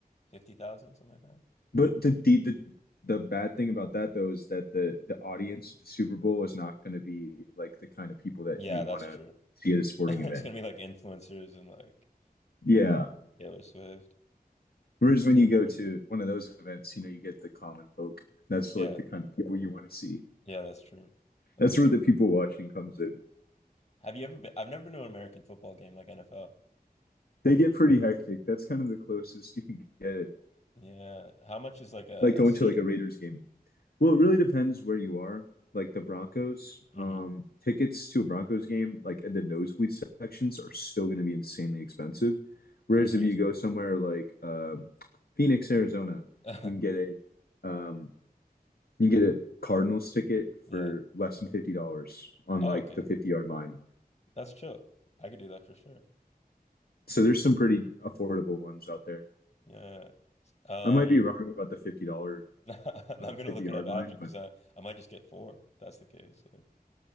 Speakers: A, on the left (about 45°); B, on the left (about 75°).
A: 50,000, something like
B: But the the the, the bad thing about that though is that the the audience at the Super Bowl is not going to be like the kind of people that
A: Yeah,
B: you want
A: that's
B: to
A: true.
B: see at a sporting
A: <laughs>
B: event.
A: It's gonna be like influencers and like
B: Yeah.
A: Taylor Swift.
B: Whereas when
A: <laughs>
B: you go to one of those events, you know, you get the common folk. That's
A: Yeah,
B: like the kind of people you want to see.
A: yeah, that's true. That's
B: That's
A: true.
B: where the people watching comes in.
A: Have you ever been? I've never been to an American football game like NFL.
B: They get pretty hectic. That's kind of the closest you can get.
A: Yeah. How much is like a,
B: Like going
A: a seat?
B: to like a Raiders game. Well, it really depends where you are. Like the Broncos,
A: hmm
B: um, tickets to a Broncos game, like in the nosebleed sections, are still going to be insanely expensive. Whereas
A: Oh, crazy.
B: if you go somewhere like um, Phoenix, Arizona,
A: <laughs>
B: you can get a um, you can get a Cardinals ticket for
A: Yeah.
B: less than fifty dollars on
A: Oh,
B: like
A: okay.
B: the fifty yard line.
A: That's chill. I could do that for sure.
B: So there's some pretty affordable ones out there.
A: Yeah. Um,
B: I might be wrong about the fifty dollar
A: <laughs> I'm
B: uh,
A: gonna
B: fifty
A: look
B: yard
A: it up after
B: line,
A: because
B: but
A: I I might just get four. If that's the case. Like,